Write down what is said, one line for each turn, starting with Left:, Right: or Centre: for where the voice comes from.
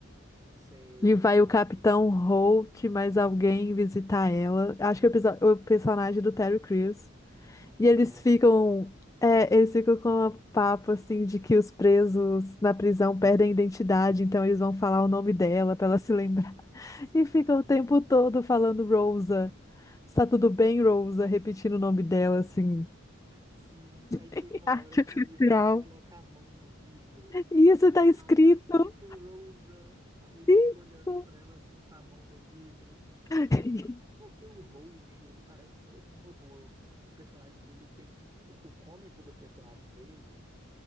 Right: Sei,
Left: E vai
Right: é lá
Left: o Capitão
Right: pra final.
Left: Holt, mais alguém visitar ela. Acho que é o, perso- o personagem do Terry Crews.
Right: Sim,
Left: E eles
Right: o Jefferson.
Left: ficam. É, eles ficam com uma papo assim de que os presos na prisão perdem a identidade, então eles vão falar o nome dela pra ela se lembrar. <laughs>
Right: Sim,
Left: E ficam o tempo todo falando Rosa. Está tudo bem, Rosa? Repetindo o nome dela, assim.
Right: sim. Aí tem
Left: <laughs>
Right: uma
Left: Artificial.
Right: hora que ele vai e coloca a mão no vidro.
Left: Isso tá
Right: Aí
Left: escrito.
Right: tá escrito Rosa. Aí ele
Left: Isso.
Right: fica olhando pra ela assim com a mão no vidro.
Left: <laughs>
Right: Porque o Holt, ele parece mesmo um robô. O personagem dele tem. O, o cômico do personagem dele